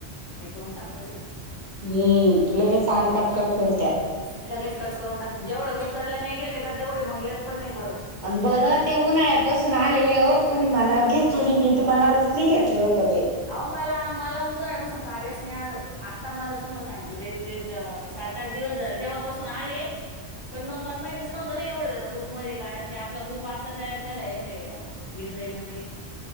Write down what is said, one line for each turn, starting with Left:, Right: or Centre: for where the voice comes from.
Left: हे करून टाकत रे.
Right: हम्म लगे सांगतात कट करता.
Left: लगेच कट करून टाक जेवढे उतरल्या नाही गेले का तेवढे मग येत पण नाही परत.
Right: बरं ते उन्हाळ्यापासून आलेले आहे हो कोणी मनावर घेतलं नाही मी तर मनावरच नाही घेतलं होत ते.
Left: अहो मला मला उऊन्हाण्यापासून कार्यच नाही आलं आता मला तुम्हाला सांगते लई त लई सात आठ दिवस झाले तेव्हापासून आले. पण मग मला माहतीच नव्हं ना एवढंच ना ग्रुप मध्ये कारण ते आपला ग्रुप आत्ता तयार केलाय नाही विध दन ते.